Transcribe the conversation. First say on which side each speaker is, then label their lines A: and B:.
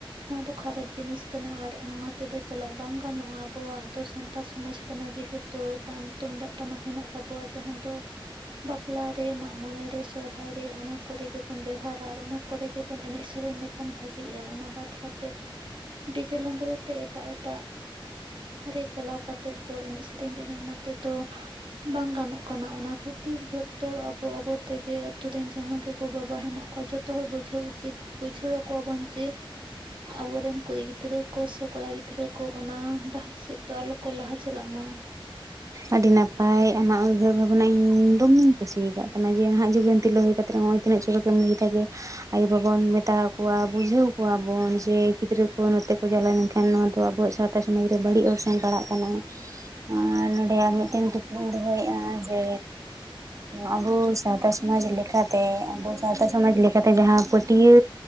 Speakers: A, on the right; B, on the right.
A: ᱱᱚᱣᱟ ᱫᱚ ᱠᱷᱟᱨᱟᱯ ᱡᱤᱱᱤᱥ ᱠᱟᱱᱟ ᱟᱨ ᱚᱱᱟ ᱛᱮᱫᱚ ᱪᱟᱞᱟᱜ ᱵᱟᱝ ᱜᱟᱱᱚᱜᱼᱟ, ᱟᱵᱚᱣᱟᱜ ᱫᱚ ᱥᱟᱱᱛᱟ ᱥᱚᱢᱟᱡᱽ ᱠᱟᱱᱟ ᱡᱮᱦᱩ ᱛᱩ ᱛᱟᱢ ᱛᱩᱢᱫᱟᱜ ᱴᱟᱢᱟᱠ ᱦᱮᱱᱟᱜ ᱛᱟᱵᱚᱣᱟ ᱡᱟᱦᱟᱸ ᱫᱚ ᱵᱟᱯᱞᱟ ᱨᱮ ᱢᱟᱜᱽ ᱢᱚᱱᱮ ᱨᱮ ᱥᱚᱨᱦᱟᱭ ᱨᱮ ᱚᱱᱟ ᱠᱚᱨᱮ ᱨᱮᱵᱚᱱ ᱵᱮᱣᱦᱟᱨᱟ ᱟᱨ ᱚᱱᱟ ᱠᱚᱨᱮ ᱜᱮᱵᱚᱱ ᱮᱱᱮᱜ ᱥᱮᱨᱮᱧ ᱞᱮᱠᱷᱟᱱ ᱵᱷᱟᱹᱜᱤᱜᱼᱟ, ᱚᱱᱟ ᱵᱟᱫ ᱠᱟᱛᱮ ᱰᱤᱡᱮ ᱞᱟᱜᱲᱮ ᱛᱮ ᱮᱴᱟᱜ ᱮᱴᱟᱜ ᱨᱮ ᱪᱟᱞᱟᱣ ᱠᱟᱛᱮᱜ ᱫᱚ ᱮᱱᱮᱡ ᱥᱮᱨᱮᱧ ᱫᱚ ᱤᱧᱟᱹᱜ ᱢᱚᱛᱮ ᱫᱚ ᱵᱟᱝ ᱜᱟᱱᱚᱜ ᱠᱟᱱᱟ ᱚᱱᱟ ᱠᱷᱟᱹᱛᱤᱨ ᱡᱷᱚᱛᱚ ᱟᱵᱚ ᱟᱵᱚ ᱛᱮᱜᱮ ᱟᱛᱩᱨ ᱨᱮᱱ ᱡᱟᱦᱟᱸ ᱜᱮ ᱜᱚᱼᱵᱟᱵᱟ ᱦᱮᱱᱟᱜ ᱠᱚᱣᱟ ᱡᱚᱛᱚ ᱦᱚᱲ ᱵᱩᱡᱷᱟᱹᱣ ᱩᱪᱤᱛ ᱵᱩᱡᱷᱟᱹᱣ ᱟᱠᱚᱣᱟ ᱵᱚᱱ ᱡᱮ ᱟᱵᱚᱨᱮᱱ ᱠᱩᱲᱤ ᱜᱤᱫᱽᱨᱟᱹ ᱠᱚ ᱥᱮ ᱠᱚᱲᱟ ᱜᱤᱫᱽᱨᱟᱹ ᱠᱚ ᱚᱱᱟ ᱰᱟᱦᱟᱨ ᱥᱮᱫ ᱫᱚ ᱟᱞᱚ ᱠᱚ ᱞᱟᱦᱟ ᱪᱟᱞᱟᱜ ᱢᱟ
B: ᱟᱹᱰᱤ ᱱᱟᱯᱟᱭ ᱟᱢᱟᱜ ᱩᱭᱦᱟᱹᱨ ᱵᱷᱟᱵᱽᱱᱟ ᱤᱧ ᱫᱚᱢᱮᱧ ᱠᱩᱥ ᱟᱠᱟᱫ ᱛᱟᱢᱟ ᱡᱮ ᱱᱟᱦᱟᱜ ᱡᱩᱜᱽᱨᱮᱱ ᱛᱤᱨᱞᱟᱹ ᱦᱩᱭ ᱠᱟᱛᱮ ᱛᱤᱱᱟᱹᱜ ᱪᱚᱨᱚᱠ ᱜᱮᱢ ᱞᱟᱹᱭ ᱫᱟ ᱡᱮ ᱟᱭᱳ ᱵᱟᱵᱚᱱ ᱢᱮᱛᱟᱠᱚᱣᱟ ᱵᱩᱡᱷᱟᱹᱣ ᱠᱚᱣᱟᱵᱚᱱ ᱡᱮ ᱜᱤᱫᱽᱨᱟᱹ ᱠᱚ ᱱᱚᱛᱮ ᱠᱚ ᱪᱟᱞᱟᱣ ᱞᱮᱱᱠᱷᱟᱱ ᱱᱚᱣᱟ ᱫᱚ ᱟᱵᱚᱣᱟᱜ ᱥᱟᱶ ᱥᱟᱶᱛᱟ ᱥᱚᱢᱟᱡᱽ ᱨᱮ ᱵᱟᱹᱲᱤᱡ ᱚᱨᱥᱚᱝ ᱯᱟᱲᱟᱜ ᱠᱟᱱᱟ ᱟᱨ ᱟᱨ ᱢᱤᱫᱴᱮᱱ ᱠᱩᱠᱞᱤᱧ ᱫᱚᱦᱚᱭᱮᱫᱼᱟ ᱡᱮ ᱟᱵᱚ ᱥᱟᱶᱛᱟ ᱥᱚᱢᱟᱡᱽ ᱞᱮᱠᱟᱛᱮ ᱟᱵᱚ ᱥᱟᱶᱛᱟ ᱥᱚᱢᱟᱡᱽ ᱞᱮᱠᱟᱛᱮ ᱡᱟᱦᱟᱸ ᱯᱟᱹᱴᱭᱟᱹ